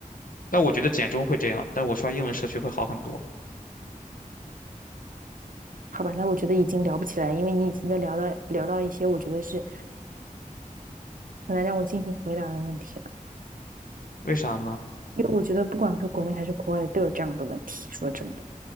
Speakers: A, on the left; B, on the right.
A: 但我觉得简中会这样，但我刷英文社区会好很多。
B: 好吧，那我觉得已经聊不起来，因为你已经在聊到聊到一些我觉得是很难让我进行回答的问题了，
A: 为啥呢？
B: 因为我觉得不管是国内还是国外的都有这样的问题。说真的，